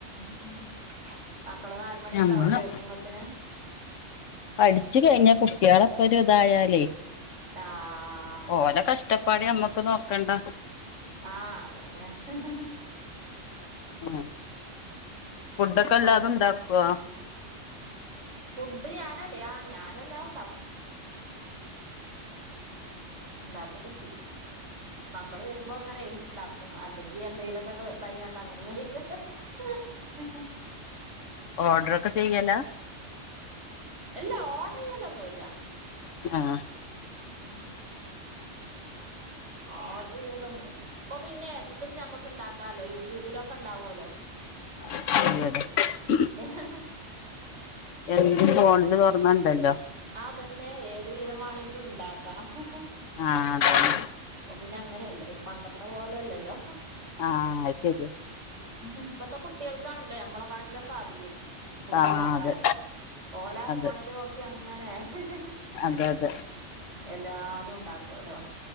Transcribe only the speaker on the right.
ഹും ഹു മക്കള് നാല് മണിയൊക്കെ
ആവുല്ലേ എത്തുമ്പത്തിന്.
ആഹ്
ആഹ അതന്നെ ഹ് ഹ്
മ
ഫുഡ് ഞാനല്ലേ ആ ഞാനെല്ലാവും ണ്ടാക്കും. ണ്ടാകൊക്കച്ചെയ്യും മക്കള് വെ വരുമ്പോ അങ്ങനെണ്ടാക്കും. അല്ലെങ്കി എന്തെങ്കലുക്കെ ഇത്യണ്ട് അങ്ങനെയ് <unintelligible>
അല്ല ഒഡ്രയ്യ്യാലൊന്നുല്ല
ഹു ഹും ആ ഓഡ്റു ചെയ്യലൊന്നൂല്ല അപ്പൊ പിന്നെ എന്തും നമ്മുക്ക് ഉണ്ടാക്കാലോ യൂട്യൂബിലൊക്കെ ഉണ്ടാവുമല്ലോ
ഏ ഹ ഹ
അതന്നെ ഏത് വിധമാണെങ്കിലും ഉണ്ടാക്ക ഹ ഹ
ഓ പിന്നെ അങ്ങനെയല്ലേ പണ്ടത്തെ പോലെയല്ലല്ലോ
ഉം ഇപ്പത്തെ കുട്ടികൾക്കാണല്ലേ നമ്മളെ കാട്ടിലൊക്കെ അറിയും ഫുഡ്ണ്ടാക്കാന്
ഓല
ഫോണില് നോക്കി അങ്ങനെ ഹ് ഹ്
എല്ലാതും ഉണ്ടാക്കുവല്ലോ